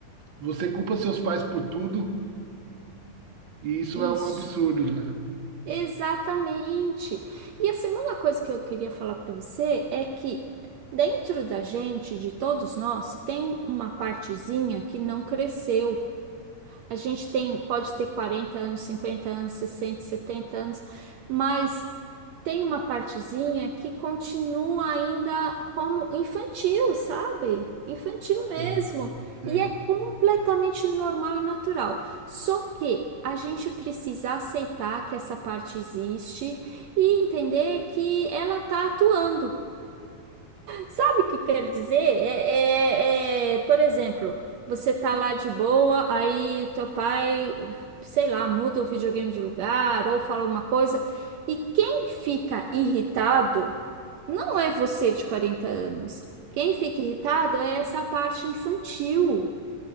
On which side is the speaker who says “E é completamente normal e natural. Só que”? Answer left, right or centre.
Right